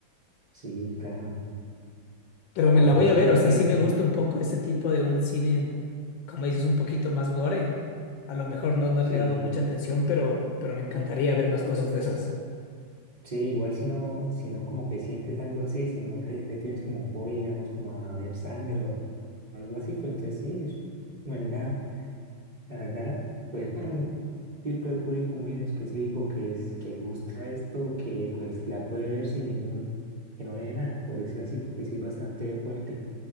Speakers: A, on the right; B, on the left.
A: Sí, claro.
B: Pero me
A: O
B: la voy
A: tuve
B: a ver, o
A: que
B: sea, sí me gusta un poco ese tipo de un cine, como dices, un poquito más gore. A lo mejor no, no
A: Sí,
B: le he dado mucha atención, pero, pero me encantaría ver más cosas de esas.
A: sí, igual si no, si no como que sientes algo así, si no te- le tienes como fobia, digamos, como a ver sangre o algo así, pues entonces sí, es buena, la verdad, pues para un tipo de público muy en específico que es, que le gusta esto, que pues la puede ver sin ningún, que no le dé nada, por decirlo así, porque sí es bastante fuerte.